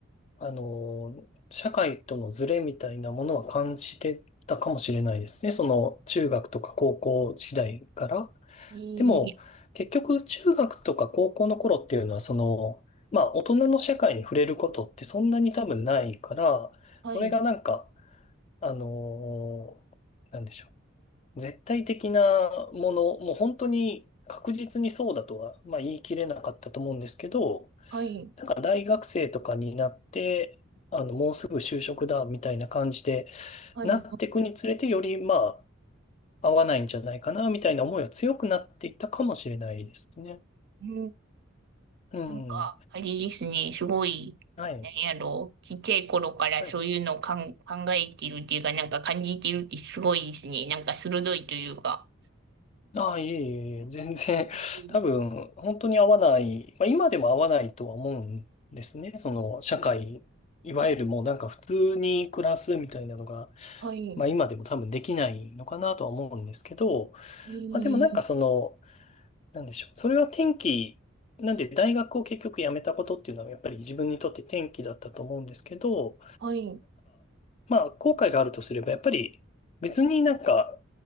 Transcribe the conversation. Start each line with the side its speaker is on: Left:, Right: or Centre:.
Left: あの、社会とのズレみたいなものは感じてたかもしれないですね。その、中学とか高校時代から。
Right: えー
Left: でも、結局、中学とか高校の頃っていうのは、その、まあ、大人の社会に触れることってそんなに多分ないから、
Right: はい、
Left: それがなんか、あの、なんでしょう。絶対的なもの、もう本当に確実にそうだとは、まあ、言い切れなかったと思うんですけど、
Right: はい、
Left: なんか大学生とかになって、あの、もうすぐ就職だみたいな感じで、
Right: はい。
Left: なっていくにつれて、
Right: はい
Left: よりまあ、合わないんじゃないかなみたいな思いは強くなっていったかもしれないですね。
Right: うん
Left: うん。
Right: なんか、あれですね、すごい、
Left: はい。
Right: なんやろう、ちっちゃい頃からそういうのをかん、
Left: はい
Right: 考えてるっていうか、なんか感じてるってすごいですね。なんか鋭いというか。
Left: ああ、いえいえいえ、<laughs> 全然、
Right: うん、
Left: 多分、本当に合わない、まあ、今でも合わないとは思うんですね。その、社会、いわゆるもうなんか普通に暮らすみたいなのが、
Right: はい、
Left: まあ今でも多分できないのかなとは思うんですけど、
Right: えー、
Left: まあでもなんかその、なんでしょう。それは転機、なんで大学を結局辞めたことっていうのはやっぱり自分にとって転機だったと思うんですけど、
Right: はい、
Left: まあ、後悔があるとすれば、やっぱり別になんか、